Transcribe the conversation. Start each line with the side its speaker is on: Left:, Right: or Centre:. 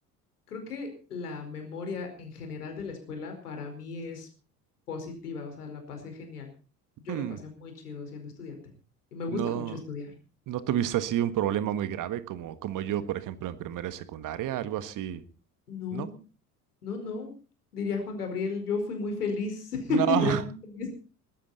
Left: Creo que la memoria en general de la escuela para mí es positiva, o sea, la pasé genial. Yo
Right: Hmm,
Left: la pasé muy chido siendo estudiante y me gusta
Right: No,
Left: mucho estudiar.
Right: no tuviste así un problema muy grave como, como yo, por ejemplo, en primera y secundaria, algo así,
Left: No,
Right: ¿no?
Left: no, no, diría Juan Gabriel, yo fui muy feliz, <laughs>
Right: No.
Left: yo
Right: <laughs>
Left: era muy feliz.